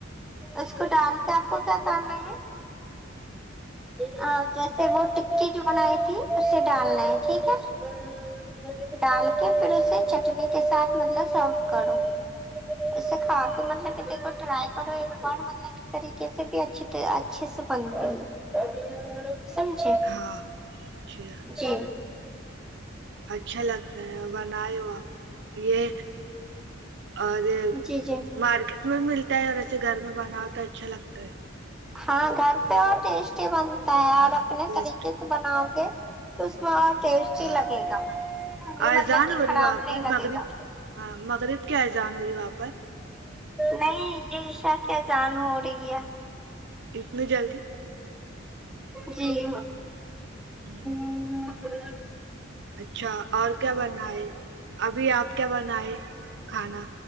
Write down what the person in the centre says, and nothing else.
اس کو ڈال کے آپ کو کیا کرنا ہے ہاں جیسے وہ ٹکی جو بنائی تھی اسے ڈالنا ہے ٹھیک ہے ڈال کے پھر اسے چٹنی کے ساتھ مطلب سرو کرو اسے کھا کے مطلب کہ دیکھو ٹرائی کرو ایک بار مطلب طریقے سے بھی اچ اچھے سے بنتی ہے سمجھے
جی
جی جی
ہاں گھر پہ اور ٹیسٹی بنتا ہے اور
اپنے
طریقے سے بناؤ گے تو اس میں ٹیسٹی
لگے گا
مطلب کہ
خراب
نہیں
لگے
گا
نہیں یہ عشاء کیا ازان ہو رہی ہے
جی
<inaudible>